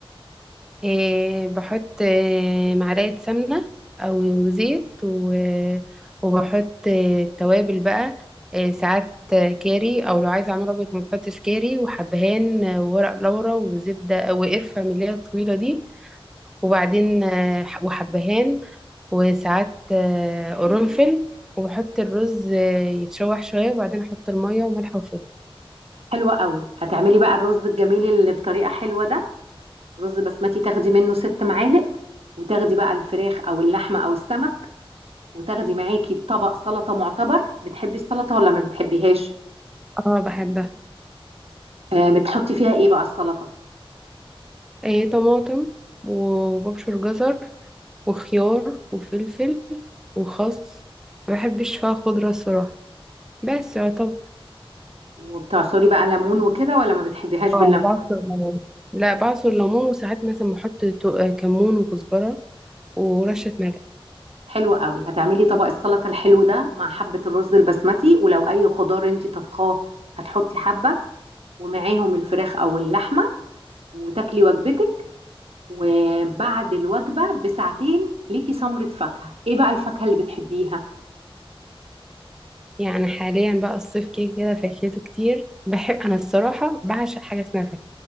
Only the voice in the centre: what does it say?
إيه بحط إيه معلقة سمنة أو زيت و... وبحط إيه توابل بقى إيه ساعات كاري أو لو عايزة أعمل أبيض ما بحطش كاري وحبهان آه، وورق لورا وزبدة وقرفة من اللي هي الطويلة دي وبعدين آه، وحبهان وساعات آه، قرنفل وبحط الرز آه، يتشوح شوية وبعدين أحط المية وملح وفلفل
اه بحبها
آه، طماطم وببشر جزر وخيار وفلفل وخس ما بحبش فيها خضرة صراحة بس يعتبر
اه بعصر ليمون لا بعصر ليمون وساعات مثلا بحط تو- آه، كمون وكزبرة ورشة ملح
يعني حاليا بقى الصيف كده كده فاكهته كتير بحب انا الصراحه بعشق حاجه اسمها فاكهه